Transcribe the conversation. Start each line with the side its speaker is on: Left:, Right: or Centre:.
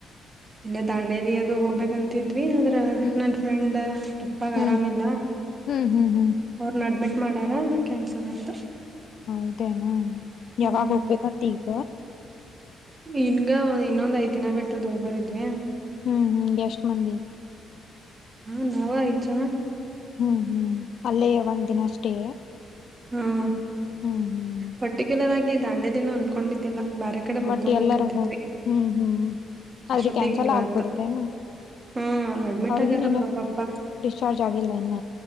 Right: ಇಲ್ಲ ದಾಂಡೇಲಿ ಅದು ಹೋಗ್ಬೇಕಂತಿ ಅದ್ರ
Left: ಹ್ಮ್
Right: ನನ್ ಫ್ರೆಂಡ್ ಪಪ್ಪಾಗ
Left: ಹ್ಮ್
Right: ಆರಾಮಿಲ್ಲ
Left: ಹ್ಮ್ ಹ್ಮ್ ಹ್ಮ್
Right: ಅವ್ರನ್ನ ಅಡ್ಮಿಟ್ -- ಮಾಡಾರಾ ಕ್ಯಾನ್ಸಲ್ ಆತು
Left: ಹೌದೇನ
Right: ಹ್ಮ್
Left: ಯಾವಾಗ ಹೋಗ್ಬೇಕಂತ ಈಗ.
Right: ಇನ್ಗ ಇನ್ನೊಂದ್ ಐದ್ ದಿನ ಬಿಟ್ಟದ್ <unintelligible>
Left: ಹ್ಮ್ ಹ್ಮ್ ಎಷ್ಟ್ ಮಂದಿ
Right: ಹಾ ನಾವ ಐದ್ ಜನ
Left: ಹ್ಮ್ ಹ್ಮ್ ಅಲ್ಲೇ ಒಂದ್ ದಿನ ಅಷ್ಟೇ.
Right: ಹ್ಮ್
Left: ಹ್ಮ್ ಹ್ಮ್
Right: ಪರ್ಟಿಕ್ಯುಲರ್ ಆಗಿ ದಾಂಡ್ಯ ದಿನ ಅನ್ಕೊಂಡಿದ್ದಿಲ್ಲ ಬಾರೆ ಕಡೆ ಹುಡ್ಕೊಬೇಕಂತಿದ್ವಿ
Left: ಒಟ್ ಎಲ್ಲಾರ ಹೋ ಹ್ಮ್ ಹ್ಮ್ ಆದ್ರೆ
Right: ಅಷ್ಟೊತ್ತಿಗ್
Left: ಕ್ಯಾನ್ಸಲ್
Right: ಹಿಂಗಾತು.
Left: ಆಗ್ಬಿಡ್ತೇನು
Right: ಹಾ ಅಡ್ಮಿಟ್
Left: ಅವ್ರಿಗೇನ್
Right: ಆಗ್ಯಾರಲ್ಬಪ್ಪ
Left: ಇನ್ನ ಡಿಸ್ಚಾರ್ಜ್ ಆಗಿಲ್ಲ ಇನ್ನ